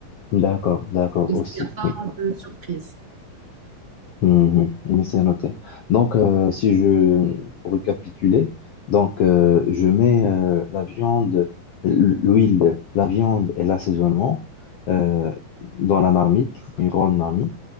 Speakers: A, on the left (about 75°); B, on the right (about 55°).
A: d'accord, d'accord
B: Comme
A: aussi.
B: ça, Il n'y a pas
A: Oui.
B: de surprise.
A: Mhm, mais c'est noté. Donc, euh, si je pour récapituler, donc euh, je mets euh, la viande, l- l'huile, la viande et l'assaisonnement euh, dans la marmite, une grande marmite.